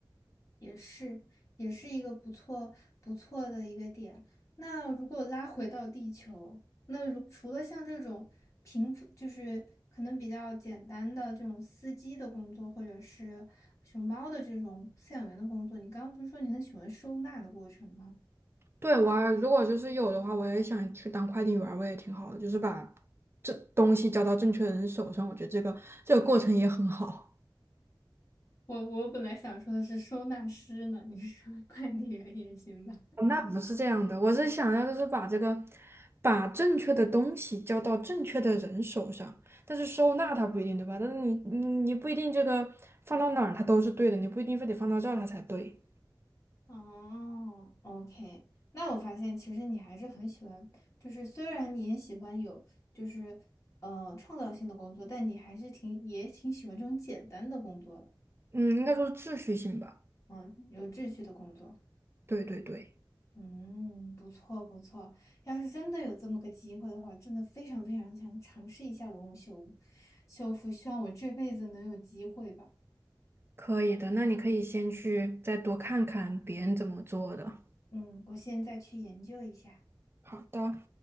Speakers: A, on the left; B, on the right.
A: 也是，也是一个不错不错的一个点。那如果拉回到地球，那如除了像这种平复就是可能比较简单的这种司机的工作，或者是熊猫的这种饲养员的工作，你刚刚不是说你很喜欢收纳的过程吗？
B: 对，我还如果就是有的话，我也想去当快递员儿我也挺好的，就是把这东西交到正确的人手上，我觉得这个这个过程也很好。
A: 我我本来想说的是收纳师呢，你说快递员也行吧？
B: 哦那不是这样的，我是想要就是把这个，把正确的东西交到正确的人手上，但是收纳它不一定对吧？但是你你你不一定这个放到哪儿它都是对的，你不一定非得放到这儿它才对。
A: 哦，OK，那我发现其实你还是很喜欢，就是虽然你也喜欢有就是呃创造性的工作，但你还是挺也挺喜欢这种简单的工作的，
B: 嗯，应该说是秩序性吧。
A: 嗯，有秩序的工作，
B: 对对对，
A: 嗯，不错不错。要是真的有这么个机会的话，真的非常非常想尝试一下文物修修复，希望我这辈子能有机会吧。
B: 可以的。那你可以先去再多看看别人怎么做的。
A: 嗯，我现在去研究一下。
B: 好的。